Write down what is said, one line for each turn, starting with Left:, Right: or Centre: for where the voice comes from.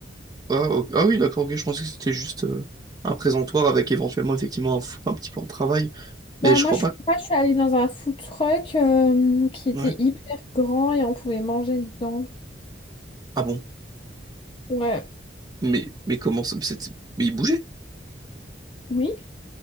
Right: Ah, ok. Ah oui, d'accord, ok. Je pensais que c'était juste euh, un présentoir avec éventuellement, effectivement, un four, un petit plan de travail.
Left: Bah
Right: Mais je
Left: moi
Right: crois
Left: je
Right: pas.
Left: suis pas, je suis allée dans un food truck euh, qui était
Right: Ouais.
Left: hyper grand et on pouvait manger dedans.
Right: Ah bon?
Left: Ouais,
Right: Mais, mais comment ça? mais c'était- mais il bougeait.
Left: oui. <laughs>